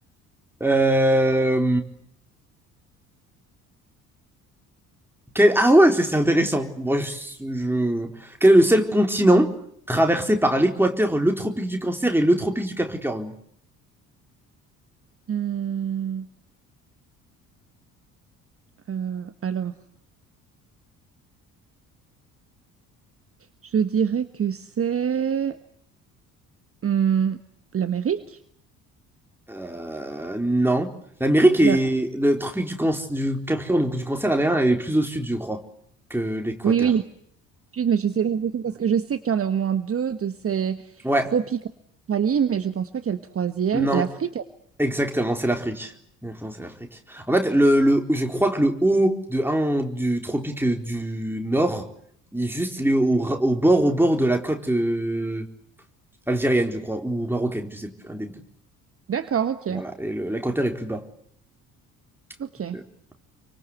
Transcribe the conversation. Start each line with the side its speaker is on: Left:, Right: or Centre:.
Centre: Euh, Quel- Ah ouais, c'est c'est intéressant. Moi, je... je- Quel est le seul continent traversé par l'équateur, le tropique du Cancer et le tropique du Capricorne?
Right: Hmm, euh, alors, je dirais que c'est hmm, l'Amérique.
Centre: Euh, non. L'Amérique est...
Right: La-
Centre: Le tropique du, Canc- du Capricorne, donc du Cancer, elle est, elle est plus au sud, je crois, que l'équateur.
Right: Oui, oui, Sud, mais je sais l'impression parce que je sais qu'il y en a au moins deux de ces
Centre: Ouais,
Right: tropiques en Australie, mais je pense pas qu'il y a le troisième.
Centre: non.
Right: L'Afrique,
Centre: Exactement, c'est l'Afrique. Exactement, c'est l'Afrique. En fait, le, le- je crois que le haut de un du tropique du Nord, il est juste il est au, ra- au bord, au bord de la côte euh, algérienne, je crois, ou marocaine, je sais plus, un des deux.
Right: d'accord, ok,
Centre: Voilà, et le- l'équateur est plus bas. <laughs>
Right: ok.